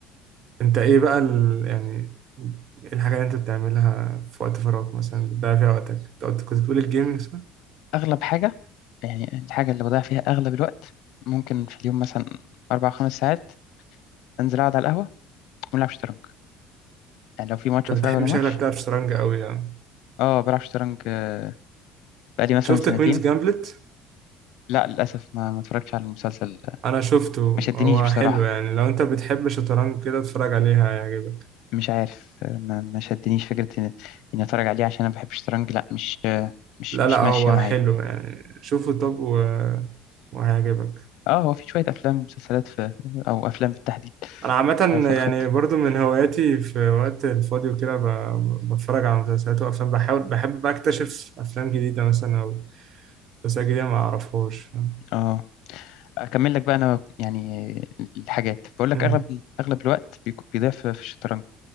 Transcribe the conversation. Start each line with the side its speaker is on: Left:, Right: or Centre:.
Right: انت ايه بقى ال... يعني إيه الحاجة اللي انت بتعملها في وقت فراغك مثلا بتضيع فيها وقتك انت قلت- كنت بتقول الجيمنج صح؟
Left: أغلب حاجة يعني الحاجة اللي بضيع فيها أغلب الوقت ممكن في اليوم مثلا أربع خمس ساعات أنزل أقعد على القهوة ونلعب شطرنج يعني لو في ماتش
Right: انت
Left: أتفرج
Right: بتحب
Left: على ماتش
Right: شكلك تعرف شطرنج قوي يعني
Left: أه بلعب شطرنج آه، بقالي مثلا
Right: شفت
Left: سنتين
Right: كوينز جامبلت؟
Left: لا للأسف ما ما اتفرجتش على المسلسل
Right: انا شفته
Left: ما شدنيش
Right: هو
Left: بصراحة
Right: حلو يعني لو انت بتحب شطرنج كده اتفرج عليها هيعجبك
Left: مش عارف آه، ما ما شدنيش فكرة إن- إني أتفرج عليه عشان أنا بحب الشطرنج لا مش آه، مش
Right: لا
Left: مش
Right: لا
Left: ماشية
Right: هو
Left: معايا
Right: حلو يعني شوفه طب و... وهيعجبك
Left: أه هو في شوية أفلام ومسلسلات في أو أفلام بالتحديد
Right: انا عامة
Left: في الخطة
Right: يعني برضو من هواياتي في وقت الفاضي وكده ب... بتفرج على مسلسلات وافلام بحاول بحب بقى اكتشف افلام جديدة مثلا او مسلسلات جديدة ما اعرفهاش فاهم؟
Left: أه اكمل لك بقى انا يعني الحاجات بقول لك
Right: مم.
Left: اغلب اغلب الوقت بيكون- بيضيع في في الشطرنج